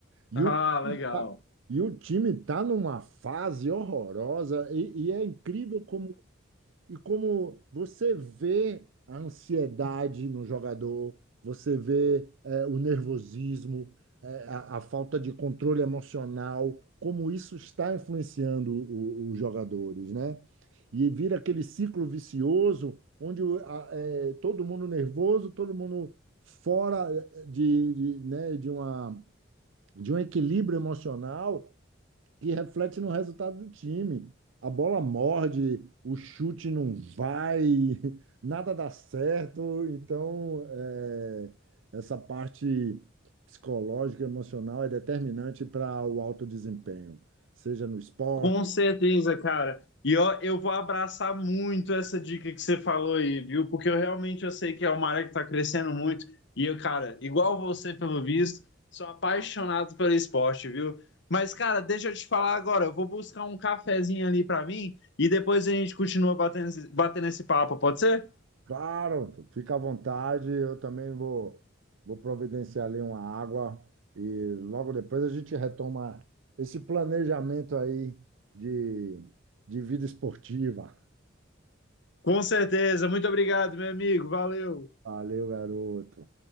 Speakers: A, on the right; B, on the left.
A: E
B: Ah,
A: o time
B: legal.
A: tá, e o time tá numa fase horrorosa e, e é incrível como e como você vê a ansiedade no jogador, você vê eh, o nervosismo, eh, a, a falta de controle emocional, como isso está influenciando o- os jogadores, né? E vira aquele ciclo vicioso onde o- a- eh, todo mundo nervoso, todo mundo fora é, de, de, né, de uma de um equilíbrio emocional que reflete no resultado do time. A bola morde, o chute não vai, <laughs> nada dá certo. Então, é, essa parte psicológica, emocional é determinante para o alto desempenho, seja no esporte,
B: Com certeza, cara. E ó, eu vou abraçar muito essa dica que você falou aí, viu? Porque eu realmente eu sei que é uma área que está crescendo muito. E eu, cara, igual você, pelo visto, sou apaixonado pelo esporte, viu? Mas, cara, deixa eu te falar agora. Eu vou buscar um cafezinho ali para mim e depois a gente continua batendo, esse- batendo esse papo, pode ser?
A: Claro, fica à vontade. Eu também vou, vou providenciar ali uma água e logo depois a gente retoma esse planejamento aí de, de vida esportiva.
B: Com certeza. Muito obrigado, meu amigo. Valeu.
A: Valeu, garoto.